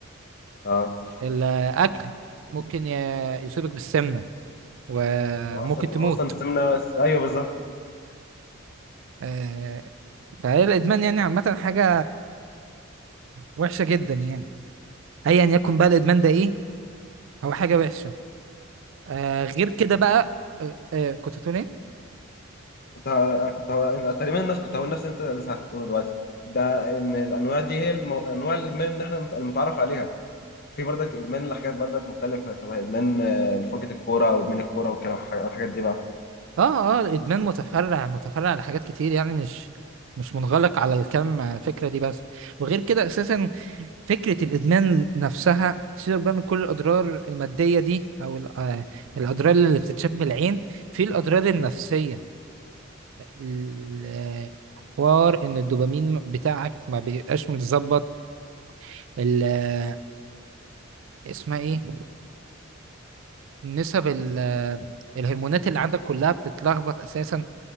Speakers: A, on the left (about 45°); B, on the right (about 65°).
A: اه
B: الاكل ممكن ي- يصيبك بالسمنه وممكن
A: هو اصلا هو
B: تموت
A: اصلا السمنه ايوه بالظبط
B: آه فهي الادمان يعني عامه حاجه وحشه جدا يعني ايا يكن بقى الادمان ده ايه هو حاجه وحشه آه غير كده بقى آه آه كنت هتقول ايه
A: كنت ه... كنت ه... أنا تقريبا الناس كنت هقول نفس اللي انت لسه هتقوله دلوقتي ده ان الانواع دي هي المو... انواع الادمان اللي احنا مت- المتعارف عليها في برضك ادمان لحاجات برضك مختلفه شبه ادمان آه، فرجه الكوره او ادمان الكوره والكلام الحاجات دي بقى
B: اه اه الادمان متفرع متفرع لحاجات كتير يعني مش مش منغلق على الكم فكره دي بس وغير كده اساسا فكره الادمان نفسها سيبك بقى من كل الاضرار الماديه دي او ال- آه، الاضرار اللي بتتشاف بالعين في الاضرار النفسيه ال- حوار ان الدوبامين بتاعك ما بيبقاش متظبط ال- آه، اسمها ايه نسب ال- آه، الهرمونات اللي عندك كلها بتتلخبط اساسا